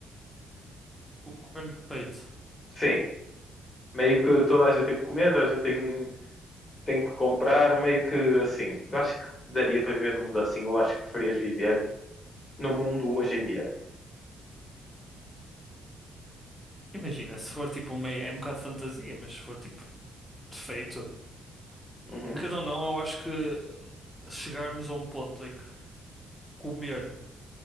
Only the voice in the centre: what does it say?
O governo perfeito.
Ok.
Imagina, se for tipo uma. É um bocado de fantasia, mas se for tipo perfeito.
Querendo ou não, eu acho que chegarmos a um ponto em que comer